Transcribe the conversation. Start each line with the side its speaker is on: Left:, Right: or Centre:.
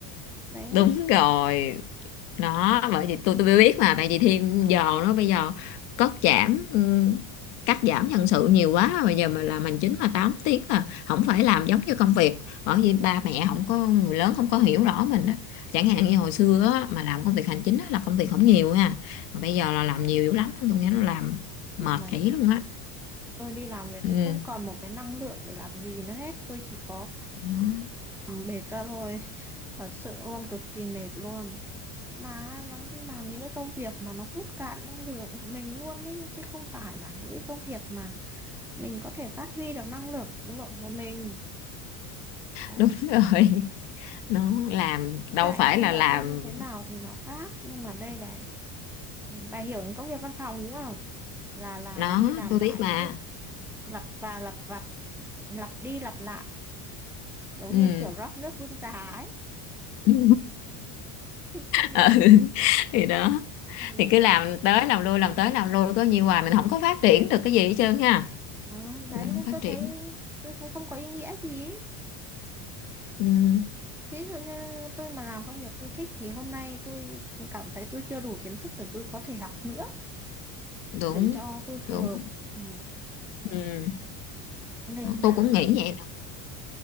Centre: đấy
Left: đúng rồi đó bởi vì tôi tôi mới biết mà tại vì thêm giờ nó bây giờ cắt giảm ừ, cắt giảm nhân sự nhiều quá bây giờ mà làm hành chính mà 8 tiếng là không phải làm giống như công việc bởi vì ba mẹ không có người lớn không có hiểu rõ mình đó chẳng hạn như hồi xưa á, mà làm công việc hành chính á, là công việc không nhiều ha mà bây giờ là làm nhiều dữ lắm tôi nghe nó làm mệt
Centre: Mà
Left: kỹ luôn á
Centre: tôi đi làm về
Left: ừ,
Centre: tôi không còn một cái năng lượng để làm gì nữa hết tôi chỉ có
Left: nó-
Centre: ừ, mệt ra thôi thật sự luôn cực kỳ mệt luôn mà nó như làm những cái công việc mà nó hút cạn năng lượng của mình luôn ý chứ không phải là những cái công việc mà mình có thể phát huy được năng lượng lượng của mình Đấy.
Left: đúng <laughs> rồi nó làm đâu
Centre: Vậy
Left: phải
Centre: hay
Left: là
Centre: là
Left: làm
Centre: tôi như thế nào thì nó khác nhưng mà đây là bà hiểu những công việc văn phòng đúng không là làm
Left: nó
Centre: đi làm
Left: tôi biết
Centre: lại
Left: mà
Centre: những cái lặp và lặp vặt lặp đi lặp lại giống
Left: ừ
Centre: như kiểu rót nước bưng trà ấy
Left: <laughs> ừ.
Centre: công việc
Left: <laughs> thì đó
Centre: ừ.
Left: thì cứ làm tới làm lui làm tới làm lui có nhiều hoài mình không có phát triển được cái gì hết trơn ha
Centre: à,
Left: mình
Centre: đấy
Left: không
Centre: nên
Left: phát
Centre: tôi
Left: triển
Centre: thấy tôi thấy không có ý nghĩa gì ý.
Left: ừ,
Centre: ví dụ như tôi mà làm công việc tôi thích thì hôm nay tôi cảm thấy tôi chưa đủ kiến thức để tôi có thể học nữa
Left: đúng
Centre: để cho tôi
Left: đúng
Centre: phù hợp ừ.
Left: ừ.
Centre: nên
Left: tôi
Centre: là
Left: cũng nghĩ vậy đó.